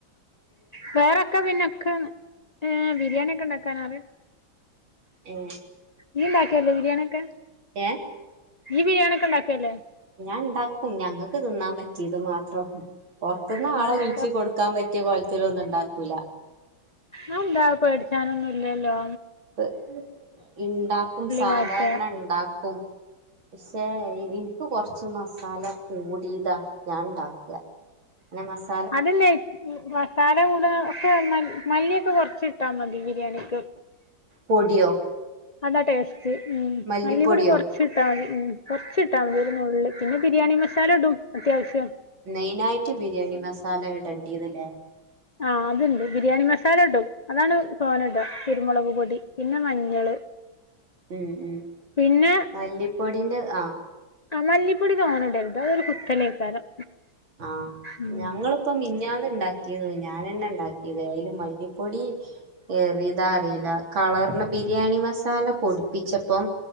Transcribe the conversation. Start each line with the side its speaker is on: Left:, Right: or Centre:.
Left: വേറൊക്കെ പിന്നൊക്കെ ഏഹ് ബിരിയാണിയൊക്കെണ്ടാക്കാനറിം?
Right: ഏഹേ
Left: ഇയ്യ്ണ്ടാക്കേല്ല്യ ബിരിയാണിയൊക്കെ?
Right: എഹ്
Left: ഇയ്യ് ബിരിയാണിയെക്കെ ഇണ്ടാക്കേല്ലെ?
Right: ഞാ ഇണ്ടാക്കും ഞങ്ങക്ക് തിന്നാ പറ്റീത് മാത്രം പൊറത്ത്ന്ന്
Left: അല്ലാതെ
Right: ആളെ വിളിച്ച് കൊടുക്കാ പറ്റ്യ കോൽത്തില് ഒന്നും ഇണ്ടാക്കൂല്ല
Left: അ എന്താ പേടിച്ചാനൊന്നു ഇല്ലലോ
Right: പ് ഇണ്ടാക്കും സാധാര്ണ
Left: വാട്ട
Right: ഇണ്ടാ ക്കും പഷേ അയിരി പ്പൊ കൊറ്ച്ച് മസാല കൂടീത ഞാൻ ഇണ്ടാക്ക അനെ മസാ
Left: അതെല്ലെയ് <unintelligible> സാല കൂടെ ഒക്കെ മല്ല് മല്ലിയൊക്കെ കൊറച്ച് ഇട്ടാ മതി ബിരിയാണിക്ക്
Right: പൊടിയോ
Left: അതാ ടേസ്റ്റ് ഉം
Right: മല്ലിപ്പൊടിയോ
Left: മല്ലിപൊടി കൊറ്ച്ച് ച്ചിട്ടാ മതി ഉം കൊറ്ച്ചിട്ടാ മതി ഒരു നുള്ള് പിന്നെ ബിരിയാണി മസാല ഇടും അത്യാവശ്യം
Right: മെയിനായിട്ട് ബിരിയാണി മസാല ഇടെണ്ടിന്ന്ലേ
Left: ആഹ് അത് ണ്ട് ബിരിയാണി മസാല ഇടും അതാണ് തോന ഇടാ കുരുമുളക് പൊടി പിന്നെ മഞ്ഞള്
Right: ഉം ഉം
Left: പിന്നെ
Right: മല്ലിപ്പൊടിന്റെ ആഹ്
Left: ആഹ് മല്ലിപ്പൊടി തോനെ ഇടര്ത് അതൊരു കുത്തലേക്കാരം
Right: ആഹ്
Left: ഉം
Right: ഞങ്ങള് ഇപ്പം മിഞ്ഞാന്ന് ഇണ്ടാക്കീന്നു ഞാന ന്നെ ഇണ്ടാക്ക്യത് അയില് മല്ലിപ്പൊടീം ഏറീതാ അറീല്ല കളറ്ന് ബിരിയാണി മസാല പൊടിപ്പിച്ചപ്പം